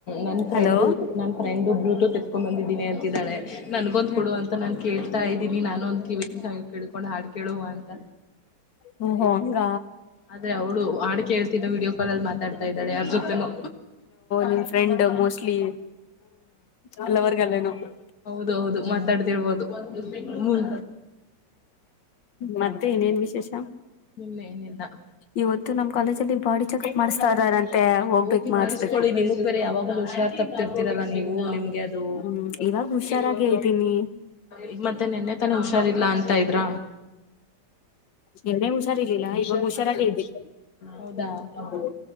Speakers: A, on the left; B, on the left.
A: ನನ್ ಫ್ರೆಂಡು
B: ಹಲೋ
A: ನನ್ ಫ್ರೆಂಡ್ ಬ್ಲೂಟೂತ್ ಬಂದಿದ್ದೀನಿ ಅಂತಿದ್ದಾಳೆ ನನ್ಗೊಂದ್
B: ಹ್ಮ
A: ಕೊಡುುವ ಅಂತ ನಾನನ್ ಕೇಳ್ತಾ ಇದ್ದೀನಿ ನಾನು ಒಂದ್ ಕಿವಿ ಕಿಡ್ಕೊಂಡ್ ಹಾಡ್ ಕೇಳುವ ಅಂತ
B: ಹೋಹೊ ಹಂಗ
A: ಆದ್ರೆ ಅವಳು ಹಾಡು ಕೇಳ್ತಿಲ್ಲ ವೀಡಿಯೋ ಕಾಲ್ ಅಲ್ಲಿ ಮಾತಾಡ್ತಾ ಇದ್ದಾಳೆ ಯಾರ್ಜತೆನೋ
B: ನಿಮ್ ಫ್ರೆಂಡ್ ಮೋಸ್ಟ್ಲಿ ಹಲ್ಲವಗಲ್ಲನ <unintelligible>
A: ಹೌದು ಮಾತಾಡ್ತಿರ್ಬೋದು ಹ್ಮ
B: ಮತ್ತೆ ಇನೇನ್ ವಿಶೇಷ
A: ಇನ್ನೇನಿಲ್ಲ
B: ಇವತ್ತು ನಮ ಕಾಲೇಜಲ್ಲಿ <unintelligible> ಬಾಡಿ ಚೆಕಪ್ ಮಾಡ್ಸ್ತಾ ಇದ್ದಾರಂತೆ ಹೋಗ್ಬೇಕು
A: ಹೋಗಿ
B: ಮಾಡಿಸಬೇಕು
A: ಮಾಡಿಸ್ಕೊಳ್ಳಿ ನಿಮಗ್ ಬೇರೆ ಯಾವಾಗಲೂ ಹುಷಾರ್ ತಪ್ಪತಿರ್ತಿರಲ್ಲ ನೀವು ನಿಮ್ಗೆ ಅದು
B: ಹ್ಮ್ ಇವಾಗ ಹುಷಾರಾಗೆ ಇದೀನಿ
A: ಹ್ಮ್ ಮತ್ತೆ ನೆನ್ನೆ ತಾನೆ ಹುಷಾರಿಲ್ಲಾ ಅಂತ ಇದ್ರ
B: ನೆನ್ನೆ ಹುಷಾರಿರ್ಲಿಲ್ಲಾ ಇವಾಗ ಹುಷಾರಾಗೆ ಇದ್ದೀನಿ
A: ಹೌದಾ ಹೌದು
B: ಹ್ಮ್